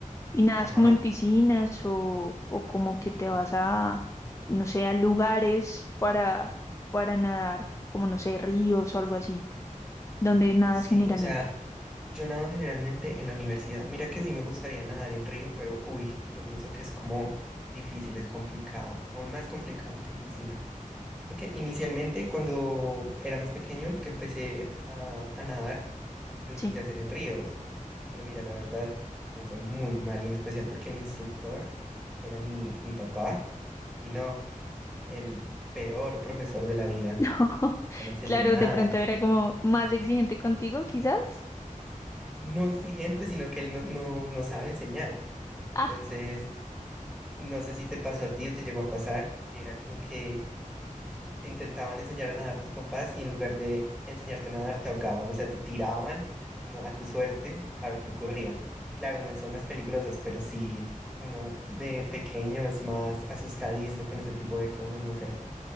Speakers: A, on the left (about 20°); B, in the centre.
A: y nada
B: ajá,
A: es como en piscinas o, o como que te vas a, no sé, a lugares para, para nadar, como no sé, ríos o algo así, donde nadas
B: sí,
A: generalmente.
B: o sea. Yo nado generalmente en la universidad. Mira que sí me gustaría nadar en río, pero uy, yo pienso que es como difícil, es complicado, aún más complicado que en piscina. Eso que inicialmente cuando era más pequeño que empecé a, a nadar, lo intenté
A: Sí.
B: hacer
A: <laughs>
B: en ríos, pero mira, la verdad me fue muy mal y en especial porque mi instructor era mi, mi papá y no, el peor profesor de la vida.
A: No,
B: No me enseñó
A: Claro,
B: nada.
A: de pronto era como más exigente contigo, quizás.
B: No exigente, sino que él no, no no sabe enseñar. Entonces,
A: Ah,
B: No sé si te pasó a ti o te llegó a pasar, que era como que te intentaban enseñar a nadar tus papás y en lugar de enseñarte a nadar te ahogaban, o sea, te tiraban como a tu suerte a ver qué ocurría. Claro, no en zonas peligrosas, pero sí uno de pequeño es más asustadizo con ese tipo de cosas, no sé,